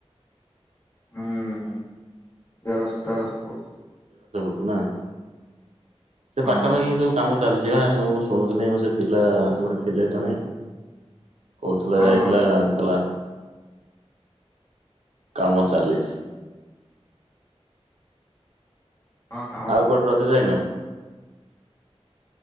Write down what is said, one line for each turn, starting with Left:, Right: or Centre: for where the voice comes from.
Left: ହୁଁ। ଦେଢ଼ଶ ଦେଢ଼ଶହ ଫୁଟ।
Right: ନାଁ। ସେ
Left: ହଁ
Right: ପାଖାପାଖି ସବୁ କାମ ଚାଲିଛି। ଯିବା ସବୁ ମୁ ଶୁଣୁଥିଲି ସେ ପିଲା ଆ ସେପୋଟେ ଥିଲେ ଜଣେ। କହୁଥିଲା
Left: ହଁ
Right: ଯାଇଥିଲା ଅଙ୍କଲା କାମ ଚାଲିଛି।
Left: ହଁ କାମ
Right: ଆଉ କୁଆଡେ ରଜ ରେ ଯାଇନ।